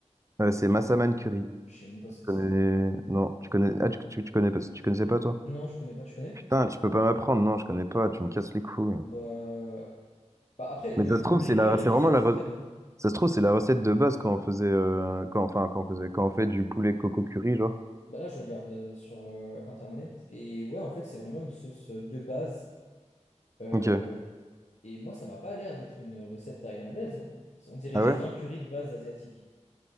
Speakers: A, on the right; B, on the left.
A: ouais, c'est massaman curry.
B: Je sais même pas ce que
A: connais...
B: c'est.
A: Non, tu connais... Ah, tu, tu, tu connais pas... tu connaissais pas, toi?
B: Non, je connais pas, tu connais?
A: Putain, tu peux pas m'apprendre. Non, je connais pas. Tu me casses les couilles.
B: Bah, bah après, le,
A: Mais ça se
B: le
A: trouve,
B: green
A: c'est la...
B: curry,
A: c'est
B: je
A: vraiment
B: sais que
A: la...
B: c'est
A: re-
B: très bon.
A: Ça se trouve, c'est la recette de base quand on faisait... euh, Quand... Enfin, quand on faisait... Quand on fait du poulet coco curry, genre.
B: Bah là, je regarde euh, sur euh, Internet. Et ouais, en fait, c'est vraiment une sauce euh, de base. Euh,
A: Ok.
B: et moi, ça m'a pas l'air d'être une recette thaïlandaise. hein. On dirait
A: Ah
B: juste
A: ouais?
B: un curry de base asiatique.